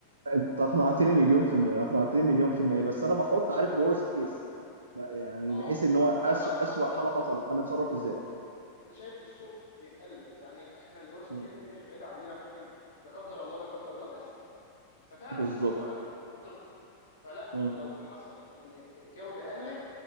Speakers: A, on the right (about 70°); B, on the left (about 75°).
A: انت اقنعتني مليون في المية اقنعتني مليون في المية بس انا بحط عارف الورست كيس يعني
B: آه
A: بحيث ان هو
B: ما
A: اسوء
B: هو ما
A: اسوء
B: هو
A: حالة حصلت هنتصرف ازاي
B: أنت أنت شايف السوق بيتقلب يعني إحنا الورست
A: مم.
B: كيس دي مش بعيدة عننا ممكن لا قدر الله لا قدر الله تحصل ففعلا
A: بالظبط
B: أنت سؤالك منطقي فلا
A: مم.
B: لو حصل إن الجودة قلت